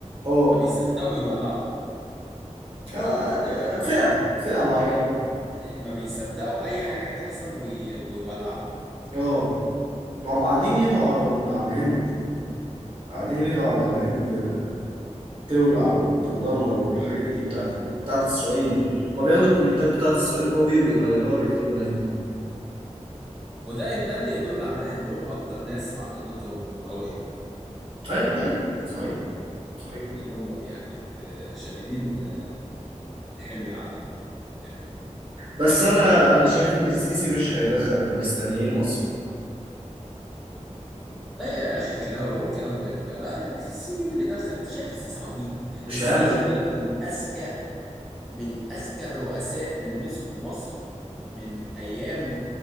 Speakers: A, on the right; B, in the centre.
A: اه
B: ما بيصدقوا يولعوا
A: آه، ده فئه فئه معينه
B: يعني ما بيصدقوا أي حاجة تحصل وي- ويولعوا
A: اه ما هم قاعدين يدعوا على ال- على الهند قاعدين يدعوا على الهند تولع وتتدمر والحاجات دي بتاعت بتاعت اسرائيل ما بياخدوا الكومنتات بتاعت اسرائيل كوبي ويغيروها ويكتبوا الهند
B: وده ان ده اللي يدل على انهم اكتر ناس عقيدتهم قويه
A: ايوه حقيقي صحيح صحيح
B: لانهم يعني آه، شديدين ال- الحميه على ال- الدرهم
A: بس انا انا شايف ان السيسي مش هيدخل الباكستانيين مصر
B: لا يا اخي كلام اقول كلام غير ده لا السيسي مين اللي دخل انت شايف السيسي عبيط
A: مش
B: السيسي
A: هيعمل
B: ده خلي
A: كده.
B: بالك من اذكى من اذكى الرؤساء اللي مسكوا مصر من ايام